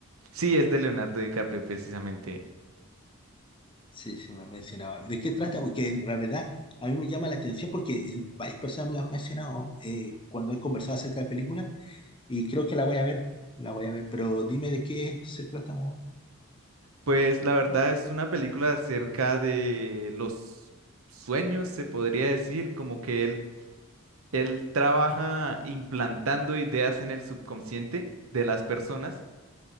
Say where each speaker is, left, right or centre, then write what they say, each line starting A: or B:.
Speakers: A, on the right; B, on the left.
A: Sí, es de Leonardo DiCaprio precisamente.
B: Sí, sí, me han mencionado. ¿De qué trata? Porque en realidad a mí me llama la atención porque eh, varias personas me la han mencionado eh, cuando he conversado acerca de películas y creo que la voy a ver, la voy a ver, pero dime de qué se trata.
A: Pues la verdad es una película acerca de los sueños, se podría decir, como que él, él trabaja implantando ideas en el subconsciente de las personas